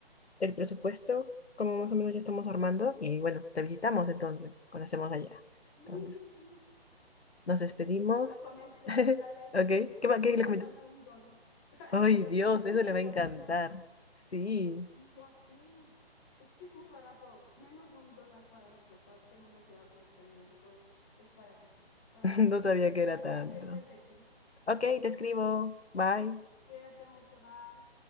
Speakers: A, on the left (about 85°); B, on the left (about 25°).
A: el presupuesto, como más o menos ya estamos armando. Y bueno, te visitamos entonces, cuando estemos allá.
B: Sí,
A: Entonces,
B: sí, sí.
A: nos despedimos.
B: O sea, comen-
A: <laughs>
B: coméntale
A: Ok,
B: que, que-
A: ¿qué,
B: que
A: ma- qué
B: por
A: le comento?
B: menos de un dólar. <laughs>
A: Ay,
B: y yo
A: Dios,
B: coméntales
A: eso le
B: que
A: va a encantar.
B: por menos...
A: Sí.
B: Sí, ya sé. Es que es muy barato. Menos de un dólar para desplazarte en una ciudad como Ciudad de México es, es baratísimo. Pero
A: <laughs>
B: bueno,
A: No sabía
B: estaré
A: que era
B: al
A: tanto.
B: pendiente de ti.
A: Ok,
B: Sí,
A: te escribo.
B: ya sé.
A: Bye.
B: Cuídate mucho, bye.